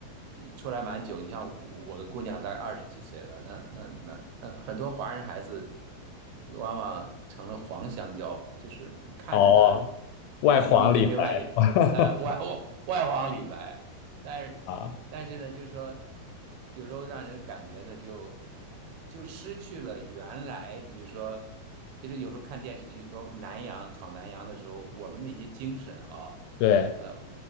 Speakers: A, on the right (about 85°); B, on the left (about 80°).
A: 一出来蛮久，你像我我的姑娘大概二十几岁了，那那那那很多华人孩子往往成了黄香蕉，就是你看着他。
B: 哦，外黄里白。
A: <laughs> 你你明白意思？
B: <laughs>
A: 呃，外我外黄李白，但是但是呢，
B: 啊。
A: 就是说，有时候让人感觉呢，就就失去了原来，你比如说，其实有时候看电视剧说南洋闯南洋的时候，我们那些精神啊，
B: 对
A: 呃